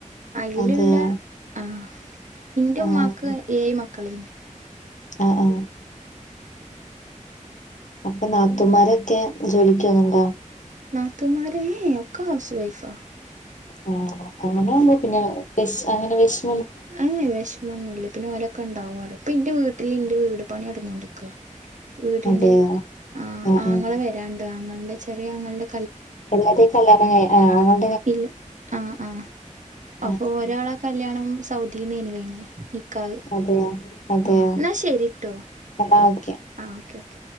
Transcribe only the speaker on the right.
അയില്ള്ള
ആ ന്റെ
ഉമ്മാക്ക് ഏഴ് മക്കള്
നാത്തൂമാരേ ഒക്കെ ഹൗസ് വൈഫാ
ഏ വിഷമൊന്നൂല പിന്നെ ഓലൊക്കെ ണ്ടാവുറെ പ്പം ഇന്റെ വീട്ടില് ഇന്റെ വീട് പണി ടന്നോണ്ട്ക്ക വീടിന്റെ
ആ
ആങ്ങള
വരാണ്ട് ആങ്ങൾടെ ചെറിയ ആങ്ങൾടെ
ഇല്ല ആ ആ
അപ്പൊ ഒരാളാ കല്യാ ണം സൗദിന്നേന് കഴിഞ്ഞേ കൽ
ആഹ് എന്നാ ശരിട്ടോ
ആ ഓക്കെ ഓക്കെ